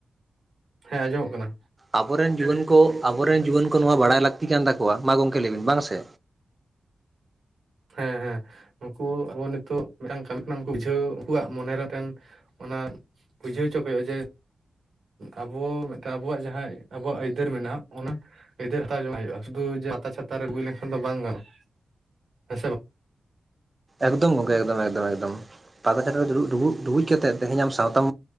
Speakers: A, on the right (about 80°); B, on the right (about 20°).
A: ᱦᱮᱸ ᱟᱸᱡᱚᱢᱚᱜ ᱠᱟᱱᱟ᱾
B: ᱟᱵᱚᱨᱮᱱ ᱡᱩᱣᱟᱹᱱ ᱠᱚ ᱟᱵᱚᱨᱮᱱ ᱡᱩᱣᱟᱹᱱ ᱠᱚ ᱱᱚᱣᱟ ᱵᱟᱲᱟᱭ ᱞᱟᱹᱠᱛᱤ ᱠᱟᱱ ᱛᱟᱠᱚᱣᱟ ᱢᱟ ᱜᱚᱢᱠᱮ ᱞᱟᱹᱭᱵᱤᱱ ᱵᱟᱝ ᱥᱮ?
A: ᱦᱮᱸ ᱦᱮᱸ ᱱᱩᱠᱩ ᱟᱵᱚ ᱱᱤᱛᱚᱜ ᱢᱤᱫᱴᱟᱝ ᱠᱟᱹᱢᱤ ᱠᱟᱱᱟ ᱩᱱᱠᱩ ᱵᱩᱡᱷᱟᱹᱣ ᱩᱱᱠᱩᱣᱟᱜ ᱢᱚᱱᱮᱨᱮ ᱢᱤᱫ ᱴᱮᱱ ᱚᱱᱟ ᱵᱩᱡᱷᱟᱹᱣ ᱦᱚᱪᱚ ᱠᱚ ᱦᱩᱭᱩᱜᱼᱟ ᱡᱮ ᱟᱵᱚ ᱢᱤᱫᱴᱟᱱ ᱟᱵᱚᱣᱟᱜ ᱡᱟᱦᱟᱸ ᱟᱵᱚᱣᱟᱜ ᱟᱹᱭᱫᱟᱹᱨ ᱢᱮᱱᱟᱜᱼᱟ, ᱚᱱᱟ ᱟᱹᱭᱫᱟᱹᱨ ᱦᱟᱛᱟᱣ ᱡᱚᱝᱼᱟ ᱦᱩᱭᱩᱜᱼᱟ ᱥᱩᱫᱩ ᱡᱮ ᱯᱟᱛᱟ ᱪᱷᱟᱛᱟ ᱨᱮ ᱟᱹᱜᱩᱭ ᱞᱮᱠᱷᱟᱱ ᱫᱚ ᱵᱟᱝ ᱜᱟᱱᱚᱜ-ᱟ᱾ ᱦᱮ ᱥᱮ ᱵᱟᱝ?
B: ᱮᱠᱫᱚᱢ ᱜᱚᱢᱠᱮ ᱮᱠᱫᱚᱢ ᱮᱠᱫᱚᱢ ᱮᱠᱫᱚᱢ᱾ ᱯᱟᱛᱟ ᱪᱷᱟᱛᱟ ᱨᱮ ᱫᱩᱲᱩᱜ ᱰᱩᱵᱩᱡ ᱠᱟᱛᱮᱜ ᱛᱮᱦᱮᱧ ᱟᱢ ᱥᱟᱶᱛᱟᱢ